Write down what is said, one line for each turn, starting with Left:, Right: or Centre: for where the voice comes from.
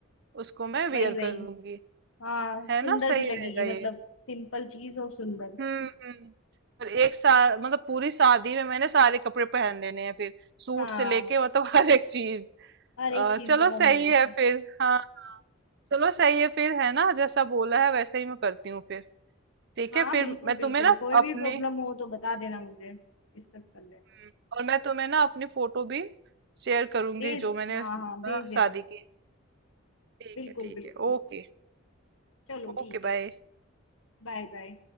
Right: उसको मैं वेयर
Left: वही वही
Right: कर लूंगी
Left: हाँ सुंदर
Right: है ना सही
Left: भी लगेगी
Right: रहेगा ये
Left: मतलब सिंपल चीज और सुंदर
Right: हम्म हम्म। और एक साथ मतलब पूरी शादी में मैंने सारे कपड़े पहन लेने हैं फिर सूट
Left: हाँ
Right: से लेके मतलब हर एक चीज
Left: हर
Right: अ,
Left: एक चीज
Right: चलो
Left: का कॉम्बिनेशन
Right: सही है फिर हाँ चलो सही है फिर है ना जैसा बोला है वैसे ही मैं करती हूँ फिर ठीक
Left: हाँ
Right: है फिर
Left: बिल्कुल
Right: मैं
Left: बिल्कुल
Right: तुम्हें ना
Left: कोई
Right: अपने
Left: भी प्रॉब्लम हो तो बता देना मुझे डिस्कस कर लेना
Right: हम्म, और मैं तुम्हें ना अपनी फोटो भी शेयर करूंगी
Left: भेज
Right: जो मैंने
Left: हाँ
Right: हाँ,
Left: हाँ भेज देना
Right: शादी
Left: मुझे
Right: की ठीक
Left: बिल्कुल
Right: है ठीक
Left: बिल्कुल
Right: है ओके
Left: चलो ठीक
Right: Okay
Left: है
Right: bye
Left: फिर Bye bye